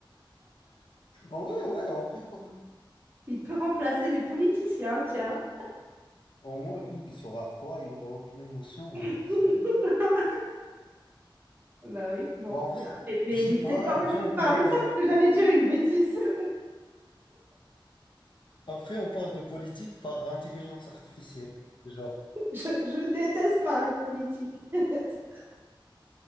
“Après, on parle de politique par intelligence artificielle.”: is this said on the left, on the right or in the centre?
Left